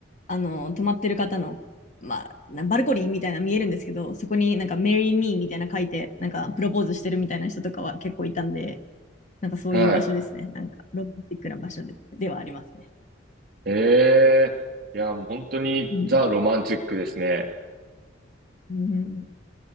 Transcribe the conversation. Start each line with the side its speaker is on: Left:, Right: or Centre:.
Left: あの、泊まってる方の、まあ、なバルコニーみたいなの見えるんですけど、そこになんか、メリー・ミーみたいなの書いて、なんか、プロポーズしてるみたいな人とかは結構いたんで、なんかそういう場所ですね。
Right: はい。
Left: なんか、ロマンチックな場所で、ではありますね。
Right: ええいや、もう本当にザ・
Left: うん。
Right: ロマンチックですね。
Left: うん、